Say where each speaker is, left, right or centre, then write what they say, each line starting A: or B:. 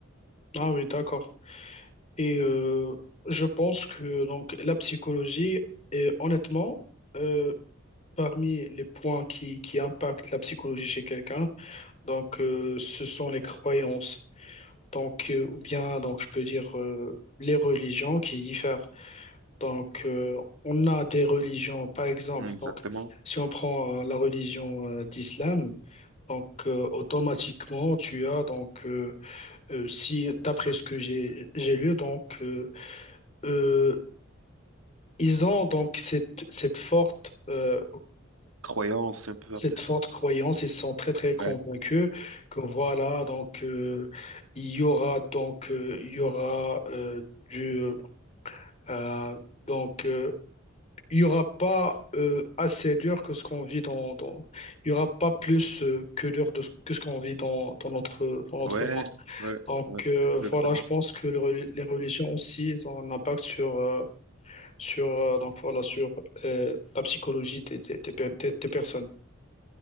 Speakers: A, on the left; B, on the right.
A: Ah oui, d'accord. Et euh, je pense que donc la psychologie, est, honnêtement. euh, Parmi les points qui, qui impactent la psychologie chez quelqu'un, donc euh, ce sont les croyances. Donc, euh, ou bien donc je peux dire euh, les religions qui diffèrent. Donc euh, on a des religions, par exemple,
B: Exactement.
A: donc si on prend euh, la religion euh, d'islam, donc euh, automatiquement tu as donc euh, euh, si d'après ce que j'ai j'ai lu donc euh, euh, ils ont donc cette cette forte euh,
B: Croyance, on peut
A: cette
B: appeler ça.
A: forte croyance, ils sont très très
B: Ouais.
A: convaincus que voilà, donc euh, il y aura donc euh, il y aura euh, du euh, euh, donc euh, il y aura pas euh, assez dur que ce qu'on vit dans, dans il y aura pas plus euh, que dur de, que ce qu'on vit dans, dans notre dans notre
B: Ouais,
A: monde.
B: ouais,
A: Donc
B: ouais,
A: euh,
B: exactement.
A: voilà, je pense que le reli- les religions aussi elles ont un impact sur euh, sur euh, donc voilà sur euh, la psychologie des, des, des per- des- des personnes.